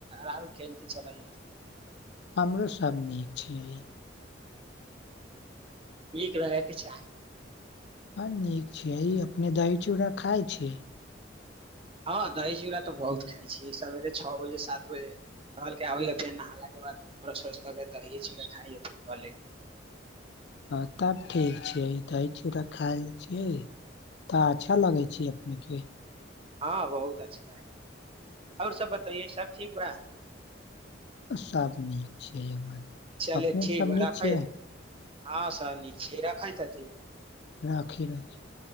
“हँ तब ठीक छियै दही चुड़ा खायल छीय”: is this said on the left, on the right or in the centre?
Left